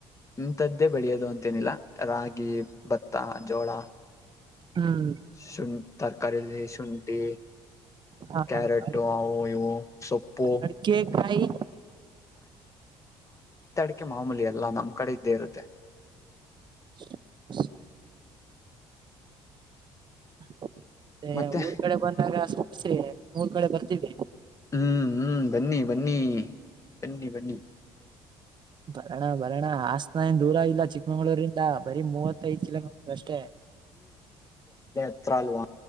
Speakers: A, on the left; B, on the right.
A: ಇಂಥದ್ದೇ ಬೆಳೆಯೋದು ಅಂತೇನಿಲ್ಲ ರಾಗಿ ಭತ್ತ ಜೋಳ.
B: ಹ್ಮ್
A: ಸುನ್ ತರಕಾರಿಯ ಸುನ್ಟಿ.
B: ಹಾ
A: ಕ್ಯಾರೆಟು
B: ಹಾ ಅಡಿಕೆ
A: ಅವು ಇವು ಸೊಪ್ಪು.
B: ಅಡಿಕೆ ಕಾಯಿ
A: ಅ ಮಾಮೂಲಿ ಎಲ್ಲಾ ನಮ್ ಕಡೆ ಇದ್ದೇ ಇರುತ್ತೆ.
B: <unintelligible> ಮತ್ತೆ
A: ಮತ್ತೆ
B: ಊರ್ ಕಡೆ ಬಂದಾಗಸೆ ಮೂರ್ ಕಡೆ ಬರ್ತೀವಿ.
A: ಹ್ಮ್ ಹ್ಮ್ ಬನ್ನಿ ಬನ್ನಿ ಬನ್ನಿ ಬನ್ನಿ.
B: ಬರೋಣ ಬರೋಣ ಹಸ್ನನ್ ದೂರ ಇಲ್ಲ ಚಿಕ್ಕಮಂಗಗಳೂರಿಂದ. ಬರೀ ಮೂವತ್ತಐದ ಇಲ ಅಷ್ಟೇ.
A: ಹತ್ರಲ್ವಾ